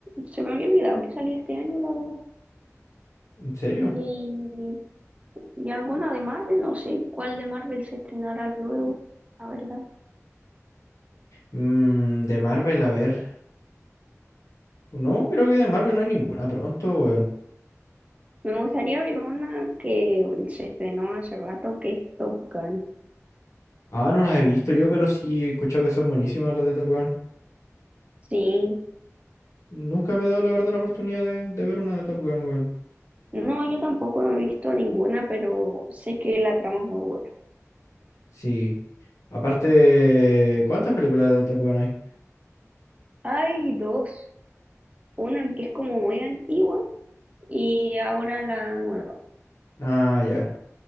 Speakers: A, on the right (about 25°); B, on the left (about 70°).
A: se me había olvidado que salía este año, la verdad.
B: ¿En serio?
A: Y, y alguna de Marvel, no sé cuál de Marvel se estrenará luego, la verdad.
B: Mm, de Marvel, a ver. No, creo que de Marvel no hay ninguna pronto, weón.
A: Me gustaría ver una que se estrenó hace rato, que es Top Gun.
B: Ah, no las he visto yo, pero sí he escuchado que son buenísimas las de Top Gun.
A: Sí,
B: Nunca me he dado la verdad la oportunidad de, de ver una de Top Gun, weón.
A: no, yo tampoco no he visto ninguna, pero sé que la trama es muy buena.
B: Sí. Aparte, ¿cuántas películas de Top Gun hay?
A: Hay dos, una que es como muy antigua y ahora la nueva,
B: Ah, ya.